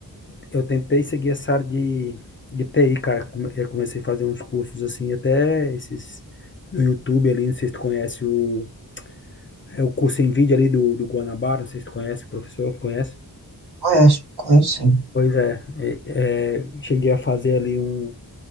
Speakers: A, on the left (about 30°); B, on the right (about 70°).
A: eu tentei seguir essa área de, de TI, cara. Come- Eu comecei a fazer uns cursos assim, até esses no YouTube ali, não sei se tu conhece o, é o curso em vídeo ali do, do Guanabara, não sei se tu conhece, o professor, conhece?
B: Conhece, conhece sim.
A: Pois é, é, é, cheguei a fazer ali um,